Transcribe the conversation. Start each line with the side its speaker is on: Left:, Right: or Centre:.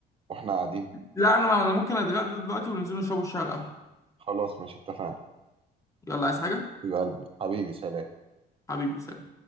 Right: واحنا قاعدين
Left: لا انا انا ممكن اتغدى دلوقتي وننزل نشربوا الشاي على القهوه
Right: خلاص ماشي اتفقنا
Left: يلا عايز حاجه
Right: حبيب قلبي حبيبي سلام
Left: حبيبي سلام